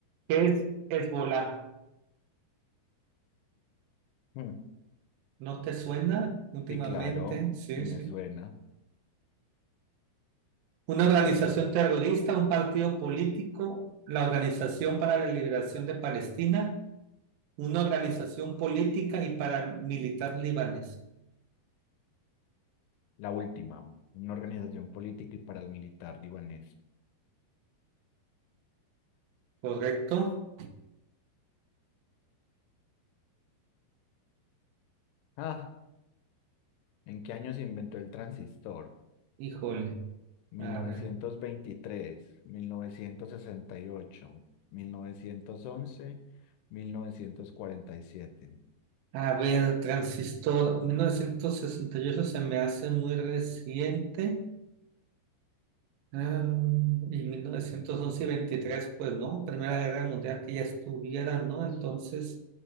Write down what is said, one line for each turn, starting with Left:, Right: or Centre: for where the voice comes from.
Right: ¿Qué es Hezbolá?
Left: Mm,
Right: ¿No te suena últimamente?
Left: Sí, claro,
Right: Sí,
Left: sí me
Right: sí.
Left: suena.
Right: Una organización terrorista, un partido político, la Organización para la Liberación de Palestina, una organización política y paramilitar libanés.
Left: La última, una organización política y paramilitar libanesa.
Right: ¿Correcto?
Left: Ah, ¿en qué año se inventó el transistor?
Right: Híjole.
Left: Mil
Right: A
Left: mil mil mil novecientos
Right: ver.
Left: novecientos novecientos veintitrés, sesenta y ocho, mil novecientos once, mil novecientos cuarenta y siete.
Right: A ver, Transistor, 1968 se me hace muy reciente. Ah, y 1911 y 23, pues, ¿no? Primera Guerra Mundial que ya estuviera, ¿no? Entonces,